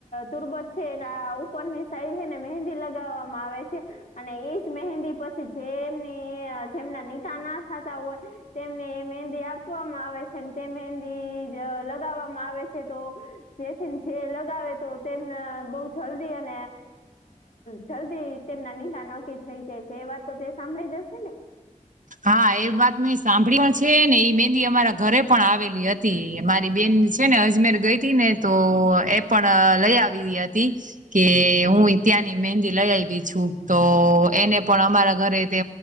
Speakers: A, on the left (about 75°); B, on the right (about 70°).
A: તુરબજ છે એના ઉપરની સાઈડ હે ને મહેંદી લગાવવામાં આવે છે. અને એજ મહેંદી પછી જે એમની જેમના નિકાહ ના થતા હોય. તેમને મહેંદી આપવામાં આવે છે ને તે મહેંદી લગાવવામાં આવે છે તો જેથી જે લગાવે તો તેમને બઉ જલ્દી અને જલ્દી તેમના નિકાહ નક્કી થઈ જાય છે એ વાત તો તે સાંભળી જ હશે ને
B: હા એ વાત મેં સાંભળી પણ છે ને એઈ મેંદી અમારા ઘરે પણ આવેલી હ તી મારી બેન છે ને અજમેર ગઈ હતી ને તો એ પણ લઈ આવેલી હતી. કે હું ત્યાંની મહેંદી લઈ આવી છું તો એને પણ અમારા ઘરે તે